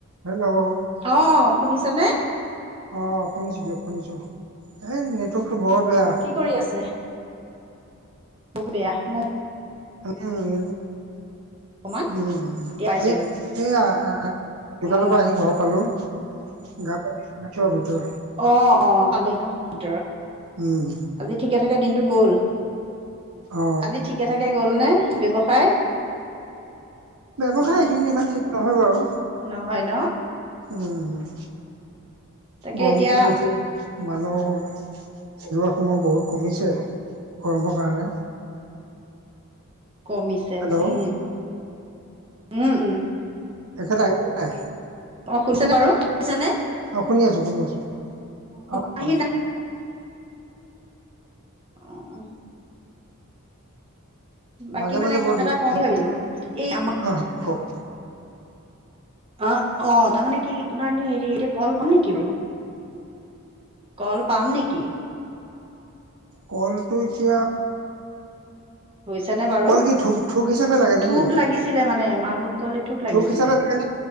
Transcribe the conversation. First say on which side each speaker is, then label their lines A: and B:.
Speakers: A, on the right; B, on the right.
A: Hello!
B: অঁ শুনিছা নে?
A: অঁ শুনিছোঁ দিয়ক শুনিছো এই নেটৱৰ্কটো বৰ বেয়া।
B: কি কৰি আছে? বহু বেয়া সময়ত
A: উম
B: অকমান
A: উম এ <unintelligible>
B: এতিয়া পাইছো দিয়ক
A: এয়া আ দোকানৰ
B: অ
A: পৰা আহি ঘৰ পালো গা পা <unintelligible> ভিতৰ।
B: অ - অ পালেহি ন ভিতৰ
A: উম
B: আজি ঠিকে থাকে দিনটো গ'ল?
A: অ
B: আজি ঠিকে ঠাকে গ'ল নে ব্যৱসায়?
A: ব্যৱসায়
B: উম
A: এইকেইদিন ইমান থিক নহয় বাৰু।
B: নহয় ন
A: উম - উম
B: তাকে
A: গৰমটো
B: এতিয়া
A: বেছি মানুহৰ। যোৱা সময় বহুত কমিছে গৰমৰ কাৰণে।
B: কমিছে
A: হেল্ল'
B: উম- উম -উম।
A: এখেত আহিল নাই?
B: অ শুনিছেনে বাৰু শুনিছে নে?
A: অ শুনি আছো শুনি আছো অ
B: পাহি
A: -অ।
B: নাই অ। বাকী
A: মাজে
B: মানে
A: মাজে
B: কতা
A: বৰ দিগ
B: এটা কওঁ
A: দিগ
B: ভাবিলোঁ এই আমাক
A: অ কওঁক।
B: অ -অ তাৰমানে কি আপোনাৰ এনে হেৰি এ কল পাম নেকি বাৰু‌? কল পাম নেকি?
A: কলটো এতিয়া
B: হৈছে নে বাৰু
A: কল কি থোক থোক হিচাপে লাগে নেকি
B: থোক লাগিছ ছিলে মানে মালভোগ কল এথোক লাগিছিলে
A: থোক হিচাপে লাগে নে?